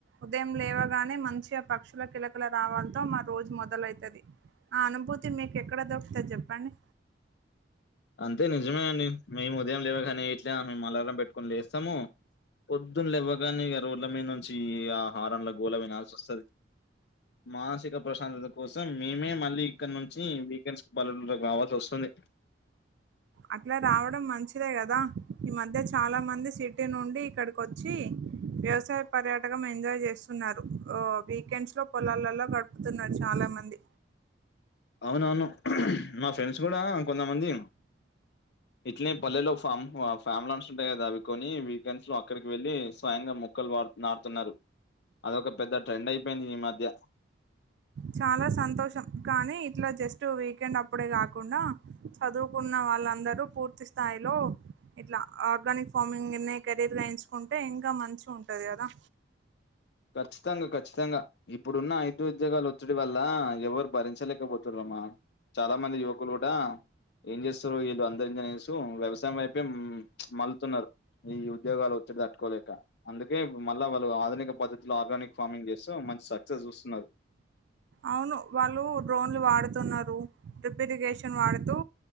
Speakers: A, on the right; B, on the left.
A: ఉదయం లేవగానే మంచిగా పక్షుల కిలకిల రావాలతో రోజు మొదలైతది ఆ అనుభూతి మీకు ఎక్కడ దొరుకుతంది చెప్పండి
B: అంతే నిజమే అండి మేము ఉదయం లేవగానే ఇట్లా మేము అలారం పెట్టుకని లేస్తాము పొద్దున్న లెవ్వగానే ఇగా రోడ్ల మీద నుంచి ఆ హారండ్ల గోళ వినాల్సి వస్తది మానసిక ప్రశాంతత కోసం మేమే మళ్ళీ ఇక్కడ నుంచి వీకెండ్స్ పల్లెటూర్లలోకి రావాల్సి వస్తుంది <inaudible>
A: అట్ల రావడం మంచిదే గదా ఈ మధ్య చాలా మంది సిటీ నుండి ఇక్కడకొచ్చి వ్యవసాయ పర్యాటకం ఎంజాయ్ జేస్తున్నారు ఓ వీకెండ్స్ లో పొలాలలో గడుపుతున్నారు చాలా మంది
B: అవునవును నా ఫ్రెండ్సు గుడా కొంతమంది ఇట్లనే పల్లెల్లో ఫామ్ ఫ్యామ్లాన్స్ ఉంటాయ్ గదా అవి కొని వీకెండ్స్ లో అక్కడికి వెళ్ళ స్వయంగా మొక్కలు వాడు నారుతున్నారు అదొక పెద్ద ట్రెండైపెయింది ఈ మధ్య
A: చాలా సంతోషం కానీ ఇట్ల జస్ట్ వీకెండ్ అప్పుడే కాకుండా చదువుకున్న వాళ్ళందరూ పూర్తి స్థాయిలో ఇట్లా ఆర్గానిక్ ఫార్మింగ్ నె కెరీర్ గా ఎయించుకుంటే ఇంకా మంచి ఉంటది గదా
B: ఖచ్చితంగా ఖచ్చితంగా ఇప్పుడున్న ఐటు ఉద్యోగాలు వొత్తిడి వ ల్ల ఎవ్వరు భరించలేకబొతుర్రమ్మ చాలా మంది యువకులు గుడా ఏం జెస్తర్రో ఏదో అం అనేసు వ్యవసాయం వైపే మల్లుతున్నారు ఈ ఉద్యోగాలు వొత్తిడి దట్టుకోలేక అందుకే ఇబు మళ్ళా వాళ్ళు ఆధునిక పద్ధతిలో ఆర్గానిక్ ఫార్మింగ్ జేస్తూ మంచి సక్సెస్ జూస్తున్నారు
A: అవును వాళ్ళు డ్రోన్లు వాడుతున్నారు డ్రిప్పిగేషన్ వాడుతూ